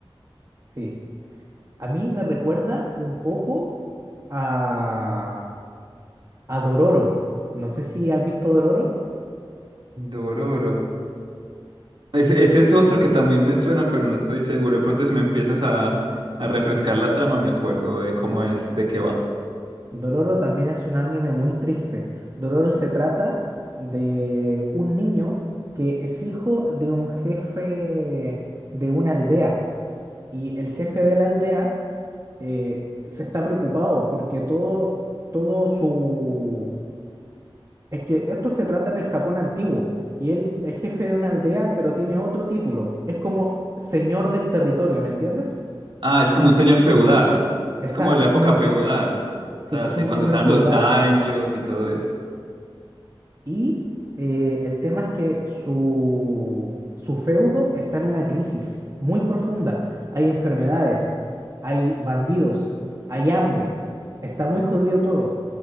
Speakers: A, on the right (about 35°); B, on the right (about 65°).
A: Sí. A mí me recuerda un poco a... a Dororo. No sé si has visto Dororo.
B: Dororo. Ese, ese es otro que también me suena, pero no estoy seguro. De pronto si me empiezas a, a refrescar la trama, me acuerdo de cómo es, de qué va.
A: Dororo también es un anime muy triste. Dororo se trata de un niño que es hijo de un jefe de una aldea. Y el jefe de la aldea eh, se está preocupado porque todo, todo su... Es que esto se trata en el Japón antiguo. Y él es jefe de una aldea, pero tiene otro título. Es como señor del territorio, ¿me entiendes?
B: Ah, es como un señor feudal.
A: Exacto,
B: Es como de la
A: es
B: época
A: como un,
B: feudal.
A: se- Sí,
B: O sea,
A: es
B: sí,
A: un
B: cuando
A: señor
B: estaban
A: feudal.
B: los daños y todo eso.
A: Y eh, el tema es que su, su feudo está en una crisis muy profunda. Hay enfermedades, hay bandidos, hay hambre. Está muy jodido todo.